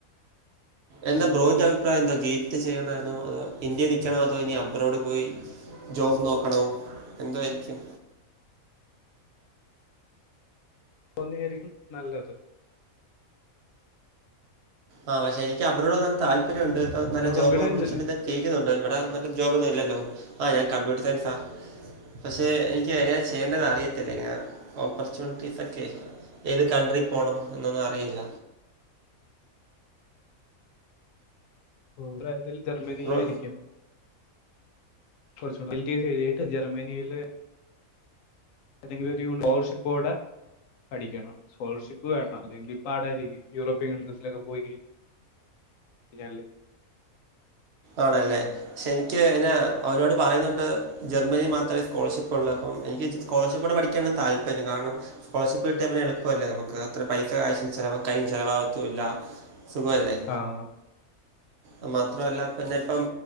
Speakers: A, on the right (about 55°); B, on the left (about 70°).
A: എന്താ
B: ഉം.
A: ബ്രോൻ്റെ അ അഭിപ്രായം എന്താ ഗേറ്റ് ചെയ്യണോനോ അതോ ഇന്ത്യയിൽ നിൽക്കണോ അതോ ഇനി അബ്രോഡ് പോയി ജോബ് നോക്കണോ എന്തായിരിക്കും
B: പോകുന്നെയായിരിക്കും നല്ലത്
A: ആഹ് പക്ഷെ എനിക്ക് അബ്രോഡ് പോവാൻ താല്പര്യണ്ട് ഇപ്പ നല്ല
B: ബ്രോ
A: ജോബ്
B: കമ്പ്യൂട്ടർ
A: ഓപ്പർചുണിറ്റീ
B: സയൻസ് അല്ലേ
A: ജയിക്കുന്നുണ്ട് ഇവിടെ നല്ല ജോബോന്നും ഇല്ലല്ലോ ആ ഞാൻ കമ്പ്യൂട്ടർ സയൻസാ പക്ഷെ എനിക്ക് എങ്ങനെ ചെയ്യേണ്ടെന്ന് അറിയത്തില്ല ഇങ്ങനെ ഓപ്പർച്യൂണിറ്റീസൊക്കെ ഏത് കൺട്രിൽ പോണം എന്നൊന്നും അറിയില്ല
B: <unintelligible> ജർമ്മനി
A: ബ്രോ
B: ആയിരിക്കും പോർച്ചു ഡീറ്റെയിൽസ് എഴുതിട്ട് ജർമ്മനിയില് ഏതെങ്കിലും ഒരു സ്കോളർഷിപ്പോടെ പഠിക്കണം സ്കോളർഷിപ്പ് വേണം ഇല്ലെങ്കി പടായിരിക്കും യൂറോപ്യൻ കൺട്രീസിലൊക്കെ പോയി കഴി <unintelligible>
A: ആണല്ലേ പക്ഷെ എനിക്ക് ന്നെ അവരോട് പറയുന്നുണ്ട് ജർമ്മനിൽ മാത്രമേ സ്കോളർഷിപ്പ് ഒള്ളന്ന് പ്പം എനിക്ക് സ്കോളർഷിപ്പോടെ പഠിക്കാന താല്പര്യം കാരണം സ്കോളർഷിപ്പ് കിട്ടിയാ പിന്നെ എളുപ്പല്ലേ നമുക്ക് അത്ര പൈസ ക്യാഷ് ചെലവാ കൈ ചെലവാവത്തും ല്ല സുഖവല്ലേ
B: ആഹ്
A: അ മാത്രല്ല പിന്നെ ഇപ്പം